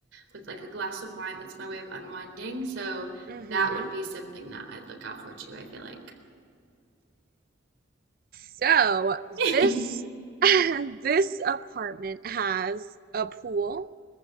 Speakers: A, on the right; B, on the right.
A: with like a glass of wine. That's my way of unwinding. So
B: Mm-hmm.
A: that would be something that I'd look out for too, I feel like.
B: So
A: <laughs>
B: this <laughs> this apartment has a pool,